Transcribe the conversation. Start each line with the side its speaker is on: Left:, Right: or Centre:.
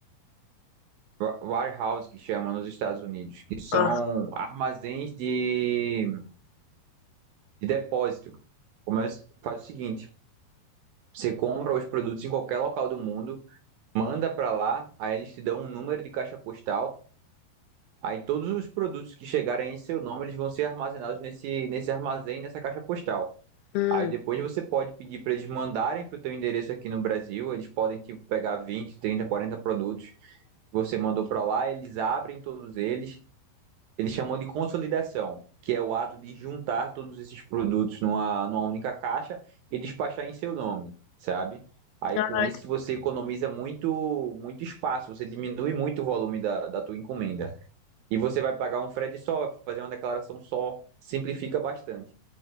Right: wa- warehouse, que chama nos Estados Unidos, que são
Left: Ah,
Right: armazéns de, de depósito. Começa, faz o seguinte: você compra os produtos em qualquer local do mundo, manda para lá, aí eles te dão um número de caixa postal. Aí todos os produtos que chegarem em seu nome, eles vão ser armazenados nesse, nesse armazém, nessa caixa postal.
Left: hum.
Right: Aí depois você pode pedir para eles mandarem para o teu endereço aqui no Brasil, eles podem tipo pegar 20, 30, 40 produtos que você mandou para lá, eles abrem todos eles eles chamam de consolidação, que é o ato de juntar todos esses produtos numa, numa única caixa e despachar em seu nome, sabe? Aí
Left: Ah,
Right: com isso você economiza muito, muito espaço, você diminui muito o volume da, da tua encomenda. E você vai pagar um frete só, vai fazer uma declaração só, simplifica bastante.